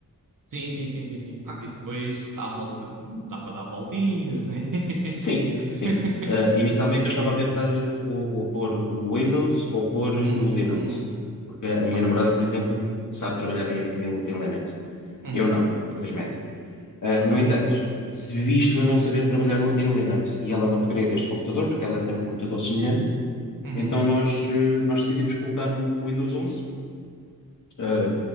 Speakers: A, on the right; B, on the left.
A: Sim, sim, sim, sim, sim. Ah, isso depois dá a volta. Não dá para dar voltinhas, né? <laughs>
B: Sim, sim. Uh, inicialmente
A: Sim,
B: eu estava a
A: sim.
B: pensar uh, ou, ou pôr o Windows ou pôr
A: Uhum,
B: o Linux,
A: uhum.
B: porque a minha
A: Ok,
B: namorada,
A: ok.
B: por exemplo, sabe trabalhar em, em- em Linux.
A: Uhum,
B: Eu não, infelizmente. Uh,
A: ok.
B: no entanto, se visto eu não saber trabalhar em Linux e ela não querer este computador, porque ela tem um computador semelhante,
A: Uhum,
B: Então nós, eh, nós decidimos colocar o, o Windows 11, eh,